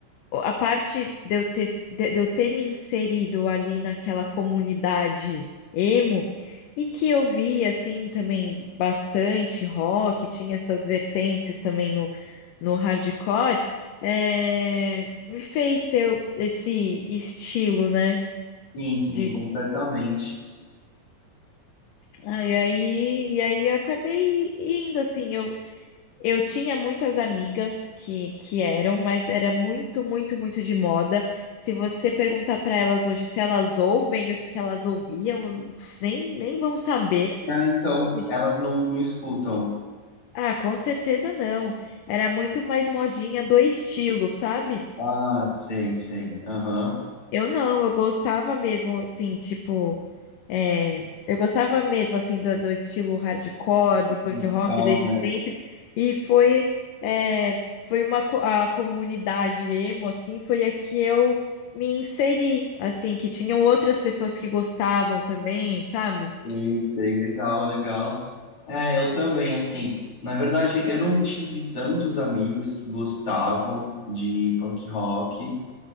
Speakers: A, on the left; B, on the left.
A: o- a parte de eu ter, de de eu ter me inserido ali naquela comunidade emo e que eu vi assim também bastante rock, tinha essas vertentes também no, no hardcore, é, me fez ter o- esse estilo, né?
B: Sim, sim,
A: De,
B: completamente.
A: Ah, aí, e aí eu acabei indo assim, eu, Eu tinha muitas amigas que, que eram, mas era muito, muito, muito de moda. Se você perguntar para elas hoje se elas ouvem, o que que elas ouviam, pff, nem, nem vão saber.
B: Ah, então,
A: sabe?
B: elas não, não escutam.
A: Ah, com certeza não. Era muito mais modinha do estilo, sabe?
B: Ah, sei, sei. Aham.
A: Eu não, eu gostava mesmo, assim, tipo, é, eu gostava mesmo, assim, do, do estilo hardcore, do punk
B: Musical,
A: rock desde
B: né?
A: sempre, e foi, é, foi uma, co- a comunidade emo, assim, foi a que eu me inseri, assim, que tinham outras pessoas que gostavam também, sabe?
B: Sei, sei, legal, legal. É, eu também, assim, na verdade, eu não tive tantos amigos que gostavam de punk rock,